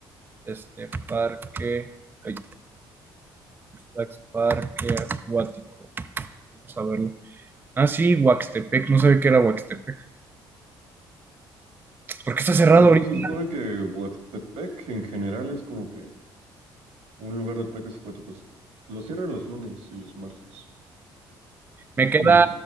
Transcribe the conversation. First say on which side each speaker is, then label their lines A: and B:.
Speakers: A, on the right; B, on the right.
A: Este parque. ay, Lax Parque Acuático. Vamos a verlo. Ah, sí, Huaxtepec. No sabía que era Huaxtepec. ¿Por qué está cerrado
B: Ajá,
A: ahorita?
B: se supone que Huastepec en general es como que un lugar de parques acuáticos. Lo cierran los lunes y los martes.
A: Me queda
B: Mm,